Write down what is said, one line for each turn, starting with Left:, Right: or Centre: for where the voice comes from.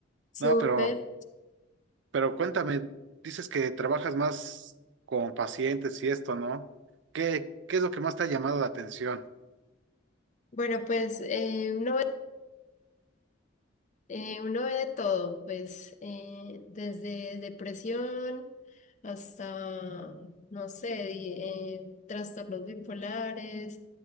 Left: Súper.
Right: No, pero, pero cuéntame, dices que trabajas más con pacientes y esto, ¿no? ¿Qué, qué es lo que más te ha llamado la atención?
Left: Bueno, pues eh, uno ve, eh, uno ve de todo, pues eh, desde depresión hasta, no sé, di- eh, trastornos bipolares,